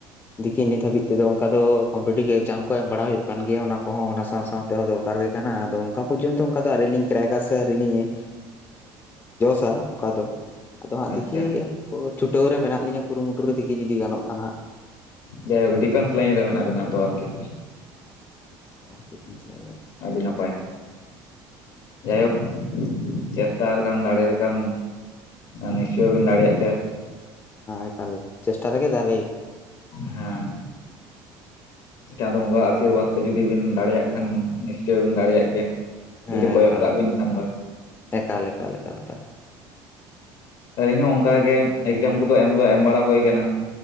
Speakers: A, on the left (about 25°); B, on the left (about 70°).
A: ᱫᱤᱠᱷᱤ ᱱᱤᱛ ᱦᱟᱹᱵᱤᱡ ᱛᱮᱫᱚ ᱚᱱᱠᱟ ᱫᱚ ᱠᱚᱢᱯᱤᱴᱤᱵᱽ ᱮᱠᱡᱟᱢ ᱠᱚ ᱮᱢ ᱵᱟᱲᱟ ᱦᱩᱭᱩᱜ ᱠᱟᱱ ᱜᱮᱭᱟ ᱚᱱᱟ ᱠᱚᱦᱚᱸ ᱚᱱᱟ ᱥᱟᱶ ᱥᱟᱶᱛᱮᱦᱚᱸ ᱫᱚᱨᱠᱟᱨ ᱜᱮ ᱠᱟᱱᱟ ᱟᱫᱚ ᱚᱱᱠᱟ ᱯᱚᱡᱚᱱᱛᱚ ᱚᱱᱠᱟ ᱫᱚ ᱟᱣᱨᱤ ᱞᱤᱧ ᱠᱨᱮᱠ-ᱟ ᱥᱮ ᱟᱣᱨᱤᱞᱤᱧ ᱮᱸᱻ ᱚᱱᱠᱟ ᱫᱚ ᱟᱫᱚ ᱦᱟᱸᱜ
B: ᱟᱪᱪᱷᱟ
A: ᱫᱤᱠᱤ ᱪᱷᱩᱴᱟᱹᱣ ᱨᱮ ᱢᱮᱱᱟᱜ ᱞᱤᱧᱟᱹ᱾ ᱠᱩᱨᱩᱢᱩᱴᱩ ᱨᱮ ᱫᱮᱠᱷᱤ ᱡᱩᱫᱤ ᱜᱟᱱᱚᱜ ᱠᱟᱱᱟ ᱦᱟᱜ
B: ᱡᱟᱭᱦᱳᱠ ᱰᱤᱯᱷᱮᱱᱥ ᱞᱟᱭᱤᱱ ᱨᱮ ᱢᱮᱱᱟᱜ ᱵᱮᱤᱱᱟ ᱛᱚ ᱟᱨᱠᱤ?
A: ᱪᱮᱫ ᱵᱤᱱ ᱥᱟᱱᱟᱭ
B: ᱟᱹᱰᱤ ᱱᱟᱯᱟᱭ ᱡᱟᱭᱦᱳᱠ ᱪᱮᱥᱴᱟ ᱞᱮᱠᱷᱟᱱ ᱫᱟᱲᱮ ᱞᱮᱠᱟᱱ ᱱᱤᱥᱪᱚᱭ ᱵᱮᱱ ᱫᱟᱲᱮᱭᱟᱜ ᱜᱮᱭᱟ
A: ᱮᱠᱟᱞ ᱪᱮᱥᱴᱟ ᱨᱮᱜᱮ ᱫᱟᱲᱮ
B: ᱦᱮᱸ ᱪᱟᱸᱫᱚ ᱵᱚᱸᱜᱟ ᱟᱥᱤᱨᱵᱟᱫᱽ ᱛᱮ ᱡᱩᱫᱤ ᱵᱤᱱ ᱫᱟᱲᱮᱭᱟᱜ ᱠᱷᱟᱱ ᱱᱤᱥᱪᱚᱭ ᱵᱤᱱ ᱫᱟᱲᱮᱭᱟᱜ ᱜᱮᱭᱟ᱾ ᱡᱩᱫᱤ
A: ᱦᱮᱸ
B: ᱠᱚᱭᱚᱜ
A: ᱮᱠᱟᱞ
B: ᱠᱟᱜ
A: ᱞᱮᱠᱟ
B: ᱵᱤᱱ ᱠᱷᱟᱱ ᱫᱚᱭ
A: ᱮᱠᱟᱞ ᱮᱠᱟᱞᱼᱮᱠᱟᱞ
B: ᱟᱹᱞᱤᱧ ᱦᱚᱸ ᱚᱱᱠᱟ ᱜᱮ ᱮᱠᱡᱟᱢ ᱠᱚᱫᱚ ᱮᱢ ᱫᱚ ᱮᱢ ᱵᱟᱲᱟ ᱦᱩᱭ ᱟᱠᱟᱱᱟ